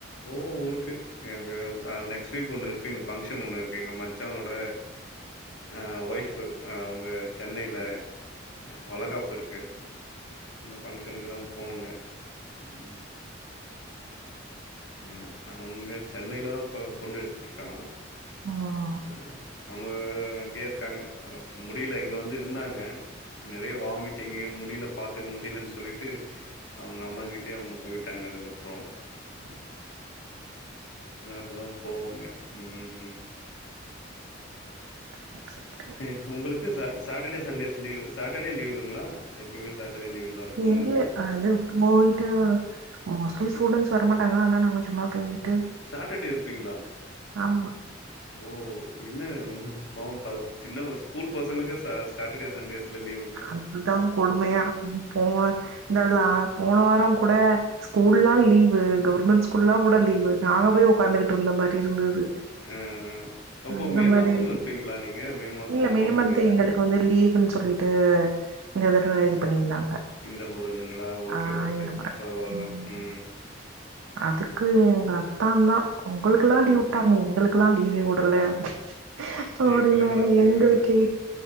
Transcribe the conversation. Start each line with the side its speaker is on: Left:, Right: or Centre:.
Left: போவோ ஊருக்கு அ எப்பயாவ்து அ நெக்ஸ்ட் வீக் ஒண்ணு இருக்குங் பங்க்ஷன் ஒண்ணு இரு து எங்க மச்சானோட அ ஒய்ஃபு அ அவுங்க சென்னைல அ வளகாப்பு இருக்கு அந்த பஃங்க்ஷன்க்குதா போணுங்க. ம். ஆமா அவுங்க சென்னைல தா ப பொண்ணு எடுத்துட்ருக்கா.
Right: <unintelligible>
Left: அ அவுங்க அங்யே இருக்காங்க அ முடில இங்க வந்து இருந்தாங்க நெறைய வாமிட்டிங்கி முடில பாத்துக்க முடிலன் சொல்லிட்டு அவுங்க அம்மாகிட்டியே அவுங்க போயிட்டாங்க அதுக்கப்றோ ம் அதுனால இப்பதாம் போவோங்க ம் ம் ம்.
Right: <inaudible>
Left: அ உங்குளுக்கு ச சேட்டடே சண்டேஸ் லீவு சேட்டடே லீவுங்ளா எப்பிமே சேட்டடே லீவு தான் இருக்கும்
Right: என்கில்லே
Left: உங்களுக்கு.
Right: அது போய்ட்டு மோஸ்ட்லி ஸ்டூடென்ட்ஸ்
Left: ம்.
Right: வரமாட்டாங்க ஆனா நாங்க சும்மா போய்ட்டு
Left: சேட்டர்டே இருப்பிங்ளா?
Right: ஆமா.
Left: ஓ இன்ன பாவோ ப சின்னவ ஸ்கூல் பசங்களுக்கு சாஸ் சேட்டடே சண்டேஸ்ல லீவு
Right: அதுதா கொடுமையா இருக்குது போங்க இந்த லா போன வாரங் கூட ஸ்கூல்லா
Left: ம்.
Right: லீவு கவர்மெண்ட் ஸ்கூல்லாங் கூட லீவு நாங்க போய் ஒ உட்காந்துட்டு இருந்த மாறி இருந்தது
Left: ஆ அப்போ
Right: அந்த
Left: மே
Right: மாறி
Left: மாசமு
Right: இருக்கு
Left: இருப்பீங்களா நீங்க? மே மாசமு
Right: இல்ல
Left: ஓப்பன்
Right: மே மன்த்
Left: பண்ணி வச்சிருக்க
Right: எங்களுக்கு வந்து லீவ் ன்னு சொல்லிட்டு இந்த தடவை இது பண்ணியிருந்தாங்க
Left: இந்த ஊர்ல இருந்துங்களா ஓகே
Right: ஆஹ்
Left: ஓகே
Right: இந்த முறை
Left: பரவால்ல உ
Right: அதுக்கு எங்க அத்தான்தா உங்களுகெல்லா
Left: ம்.
Right: லீவ் விட்டாங்க எங்களுகுல்லா லீவே விடல <unintelligible>
Left: எங்களுக்கெல்லா லீவே
Right: எங்களுக்கே
Left: இல்ல.